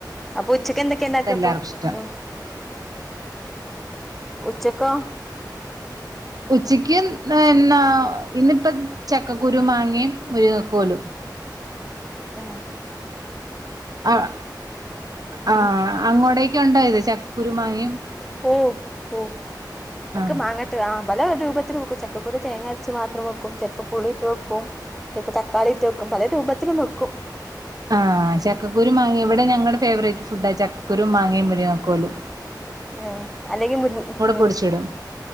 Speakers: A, in the centre; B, on the right.
A: അപ്പൊ ഉച്ചക്ക് എന്തെക്കെ ഇണ്ടാക്കപ്പോ
B: എല്ലാർക്കും ഇഷ്ടം
A: ഉം ഉച്ചക്കൊ
B: ഉച്ചക്ക് ന്നന്നാ ഇന്നിപ്പം ചക്കക്കുരും, മാങ്ങെ, മുരിങ്ങകോലും
A: ആഹ്
B: ആഹ് ആഹ്
A: ഉം
B: അങ്ങോടേക്കുണ്ടോ ഇത് ചക് കുരുമാങ്ങ്യം
A: ഓ ഓ ഒക്കെ
B: ആഹ്
A: മാങ്ങട്ട് ആഹ് പല രൂപത്തിലു വെക്കും ചക്കക്കുരു തേങ്ങ അര്ച്ച് മാത്രം വെക്കും ചെൽപ്പം പുളിട്ട് വെക്കും. ചെൽപ്പം തക്കാളിട്ട് വെക്കും പലെ രൂപത്തിലും വെക്കും.
B: ആഹ് ചക്കുരു
A: ഉം
B: മാങ്ങി ഇവടെ ഞങ്ങടെ ഫേവറേറ്റ് ഫുഡാ ചക് കുരും മാങ്ങേ മുരിങ്ങകോലും.
A: ആഹ് അല്ലെങ്കി മുര്ങ്‌ ആഹ്
B: പൊടിച്ചിടും